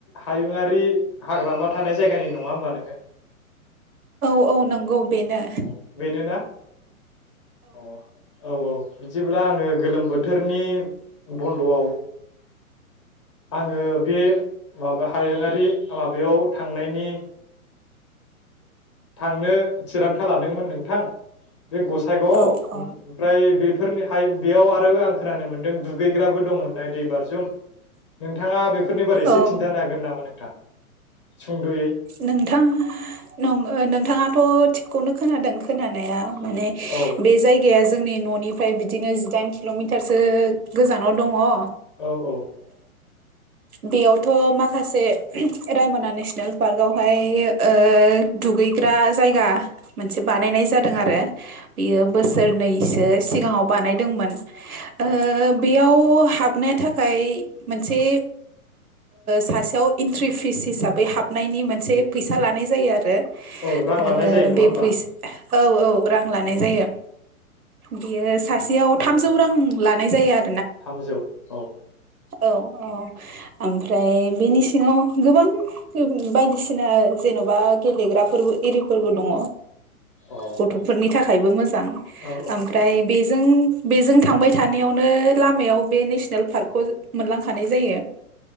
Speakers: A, on the left (about 20°); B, on the right (about 75°).
A: हायुङारि हाग्रामा थानाय जायगानि नङा होमबा नोङो
B: औ औ नंगौ बेनो
A: औ बेनो ना औ औ औ बिदिब्ला आङो गोलोम बोथोरनि बन्द'आव आङो बे माबा हायुङारि माबायाव थांनायनि थांनो थिरांथा लादोंमोन नोंथां बे गसाइगावआव
B: औ
A: ओमफ्राय
B: औ
A: बेफोरनि हाय बेयाव आरो आं खोनानो मोन्दों दुगैग्राबो दंहोननाय दै बारजुम नोंथाङा बे <unintelligible> एसे
B: औ
A: खिन्थानो हागोन नामा नों नोंथां सुंद'यै
B: नोंथां <unintelligible> नोंथाङाथ' थिगखौनो खोनादों खोनानाया माने
A: औ
B: बे जायग जायगाया जोंनि न'निफ्राय बिदिनो जिदाइन किल'मिटारसो गोजानाव दङ ओ
A: औ औ
B: बेयावथ' माखासे रायमना नेसनेल पार्क आवहाय ओ दुगै <unintelligible> जायगा मोनसे बानायनाय जादों आरो <unintelligible> बियो
A: औ
B: बोसोरनैसो सिगाङाव बानायदोंमोन ओ
A: औ
B: बेयाव हाबनो थाखाय मोनसे सासेयाव इन्ट्रि फिस हिसाबै हाब हाबनायनि मोनसे फैसा लानाय जायो आरो ओ
A: औ रां लानाय जायो नङा
B: बे
A: होमबा
B: फैसा औ औ रां लानाय
A: औ
B: जायो
A: औ
B: बियो सासेयाव थामजौ रां लानाय जायो आ
A: थामजौ औ
B: औ औ ओमफ्राय बेनि सिङाव गोबां बायदिसिना जेन'बा गेलेग्राफोरबो इरिफोरबो दङ
A: अ
B: गथ'फोरनि थाखायबो मोजां
A: औ
B: ओमफ्राय बेजों बेजों थांबाय थानायावनो लामायाव बे नेसनेल पार्कखौ ओ मोनलांखानाय जायो